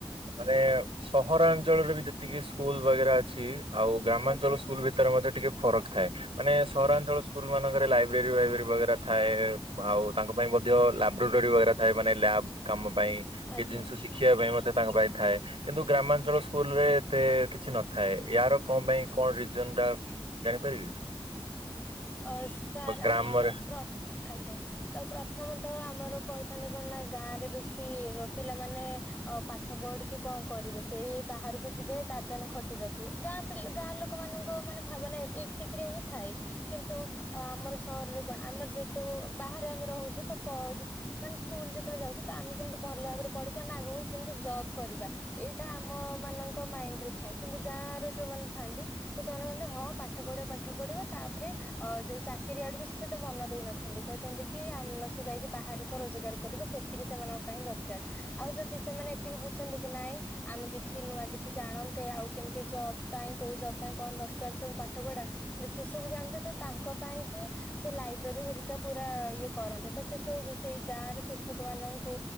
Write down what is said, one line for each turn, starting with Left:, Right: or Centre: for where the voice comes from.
Right: ମାନେ
Left: ଆଜ୍ଞା
Right: ସହରାଞ୍ଚଳରେ ବି ଯେତିକି ସ୍କୁଲ ବଗେରା ଅଛି। ଆଉ ଗ୍ରାମାଞ୍ଚଳ
Left: ଆଜ୍ଞା
Right: ସ୍କୁଲ ମଧ୍ୟ ଟିକେ ଫରକ ଥାଏ। ମାନେ ସହରାଞ୍ଚଳ ସ୍କୁଲ ମାନଙ୍କରେ ଲାଇବ୍ରେରୀ ବାଇବ୍ରେରି ଥାଏ। ଆଉ ତାଙ୍କ ପାଇଁ ମଧ୍ୟ ଲାବୋରେଟୋରୀ ବ ଥାଏ। ମାନେ ଲ୍ୟାବ୍ କାମ ପାଇଁ
Left: ଆଜ୍ଞା
Right: କିଛି ଜିନିଷ ଶିଖି ଶିଖିବା ପାଇଁ ମତେ ତାଙ୍କ ପାଇଁ ଥାଏ। କିନ୍ତୁ ଗ୍ରାମାଞ୍ଚଳ ସ୍କୁଲ ରେ ଏତେ କିଛି ନଥାଏ। ୟାର କଣ ପାଇଁ କଣ ରିଜନ ଟା ଜାଣିପାରିବି।
Left: ଅ ସାର୍
Right: ଗ୍ରାମରେ
Left: ଆମ ଆଜ୍ଞା। ତ ପ୍ରଥମତଃ ଆମର କହିଥାନ୍ତି କଣ ନା ଗାଁରେ ବେଶୀ ପିଲାମାନେ ଆ ପାଠ ପଢିକି କଣ କରିବେ ସେଇ ବାହାରକୁ ଯିବେ ଦାଦନ ଖଟିବାକୁ ଗାଁ ପିଲା ଗାଁ ଲୋକ ଲୋକ ମାନଙ୍କ ମାନେ ଭାବନା ଏତିକିରେ ହିଁ
Right: ହୁଁ
Left: ଥାଏ। କିତୁ ଆମର ସହରରେ କଣ ଆମର ଯେହେତୁ ବାହାରେ ଆମେ ରହୁଛେ ତ ମାନେ ସ୍କୁଲ ଯେତେବେଳେ ଯାଉଛି ତ ଆମେ କେମିତି ଭଲ ଭାବରେ ପଢିକି ଆମେ ଆଗକୁ କେମିତି ଜବ୍ କରିବା। ଏଇଟା ଆମ ମାନଙ୍କ ମାଇଣ୍ଡରେ ଥାଏ କିନ୍ତୁ ଗାଁରେ ଯୋଉମାନେ ଥାଆନ୍ତି ତ ସେମାନେ ବ ହଁ ପାଠ ପଢିବ ପାଠ ପଢିବ ତା ଯୋଉ ଚାକିରି ଆଡକୁ ସେ ସେତେ ମନ ଦେଇନଥାନ୍ତି। କହିଥାନ୍ତି କି ଆ ସେ ଯାଇକି ବାହାରେ ରୋଜଗାର କରିବ ସେତିକି ସେମାନଙ୍କ ପାଇଁ ଦରକାର। ଆଉ ଯଦି ସେମାନେ ଏତିକି ବୁଝନ୍ତି କି ନାଇଁ ଆମେ କିଛି ନୂଆ କିଛି ଜାଣନ୍ତେ। ଆଉ କେମିତି ଜବ ପାଇଁ କୋଉ ଜବ୍ ପାଇଁ କଣ ଦରକାର ସବୁ ପାଠ ପଢା। ସେ ସବୁ ଜାଣଥାେ ତ ତାଙ୍କ ପାଇଁ ହିଁ ସେ ଲାଇବ୍ରେରୀ ହେରିକା ପୁରା ଇଏ କରନ୍ତିେ ତ ସେ ସବୁ ବି ସେଇ ଗାଁରେ ଶିକ୍ଷକ ମାନଙ୍କୁ